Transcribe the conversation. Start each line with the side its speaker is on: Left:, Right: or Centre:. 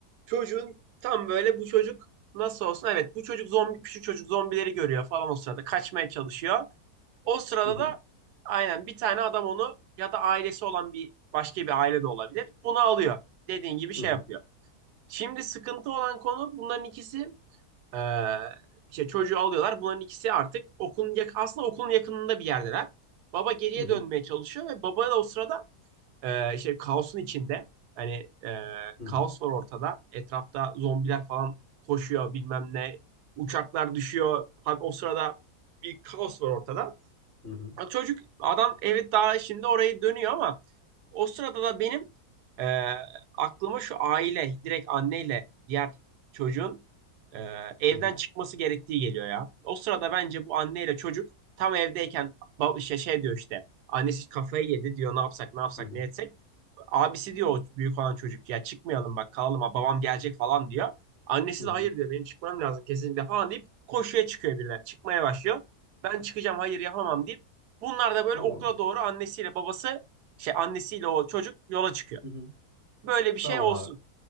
Right: çocuğun tam böyle bu çocuk nasıl olsun? Evet, bu çocuk zombi küçük çocuk zombileri görüyor falan o sırada kaçmaya çalışıyor. O sırada
Left: Hı hı
Right: da aynen bir tane adam onu ya da ailesi olan bir başka bir aile de olabilir. Bunu alıyor. Dediğin gibi şey
Left: hı hı
Right: yapıyor. Şimdi sıkıntı olan konu bunların ikisi eee işte çocuğu alıyorlar. Bunların ikisi artık okulun yak aslında okulun yakınında bir yerdeler. Baba geriye
Left: hı
Right: dönmeye çalışıyor ve baba da o sırada eee şey kaosun içinde. Hani eee,
Left: hı
Right: kaos var ortada. Etrafta zombiler falan koşuyor bilmem ne. Uçaklar düşüyor. Hadi o sırada bir kaos var ortada.
Left: hı hı hı
Right: Ya Çocuk adam evet daha şimdi orayı dönüyor ama o sırada da benim e, aklıma şu aile direkt anneyle diğer çocuğun e, evden
Left: hı
Right: çıkması gerektiği geliyor ya. O sırada bence bu anneyle çocuk tam evdeyken bab- şey, şey diyor işte annesi kafayı yedi diyor ne yapsak ne yapsak
Left: hı
Right: ne etsek. Abisi diyor o büyük olan çocuk ya çıkmayalım bak kalalım ha babam gelecek falan diyor. Annesi
Left: hı hı.
Right: de hayır diyor benim çıkmam lazım kesinlikle falan deyip koşuya çıkıyor biriler çıkmaya başlıyor. Ben çıkacağım hayır yapamam deyip Bunlar da böyle
Left: Tamam
Right: okula
Left: abi.
Right: doğru annesiyle babası şey annesiyle o çocuk yola çıkıyor.
Left: Hı hı.
Right: Böyle bir
Left: Tamam
Right: şey olsun.
Left: abi.